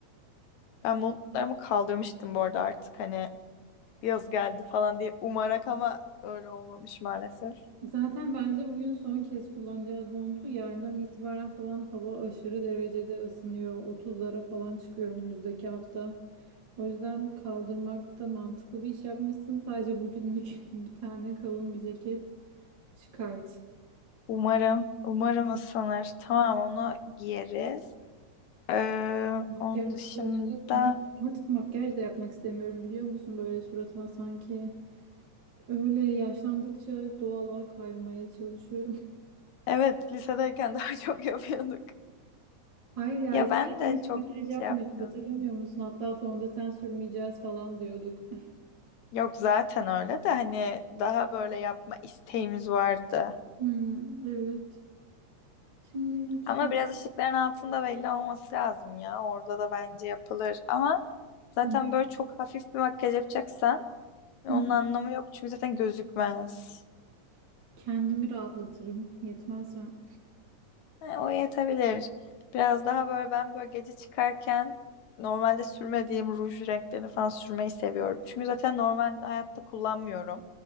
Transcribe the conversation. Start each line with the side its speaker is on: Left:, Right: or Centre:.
Left: Ben montlarımı kaldırmıştım bu arada artık hani yaz geldi falan diye umarak ama öyle olmamış maalesef.
Right: Zaten bence bugün son kez kullanacağız montu. Yarından itibaren falan hava aşırı derecede ısınıyor. 30'lara falan çıkıyor önümüzdeki hafta. O yüzden kaldırmak da mantıklı bir iş yapmışsın. Sadece bugünlük <laughs> bir tane kalın bir ceket çıkart.
Left: Umarım, umarım ısınır. Tamam onu giyeriz. Ee,
Right: Makyaj
Left: onun dışında
Right: yapmak mı? Hiç- Artık makyaj da yapmak istemiyorum biliyor musun? Böyle suratıma sanki Öyle yaşlandıkça doğala kaymaya çalışıyorum.
Left: evet lisedeyken <laughs> daha çok yapıyorduk.
Right: <laughs> Hayır ya
Left: Ya
Right: eskiden
Left: ben de
Right: hiç
Left: çok
Right: makyaj yapmıyorduk
Left: şey yapmıyorum.
Right: hatırlamıyor musun? Hatta fondöten sürmeyeceğiz falan diyorduk. <laughs>
Left: Yok zaten öyle de hani daha böyle yapma isteğimiz vardı.
Right: Hmm, evet. Şimdi hiç
Left: Ama biraz ışıkların altında belli olması lazım ya. Orada da bence yapılır. Ama zaten
Right: Hmm,
Left: böyle çok hafif bir makyaj yapacaksan onun
Right: hmm.
Left: anlamı yok çünkü zaten gözükmez.
Right: Kendimi rahatlatırım. Yetmez mi?
Left: He, o yetebilir. Biraz daha böyle ben böyle gece çıkarken normalde sürmediğim ruj renklerini falan sürmeyi seviyorum. Çünkü zaten normal hayatta kullanmıyorum.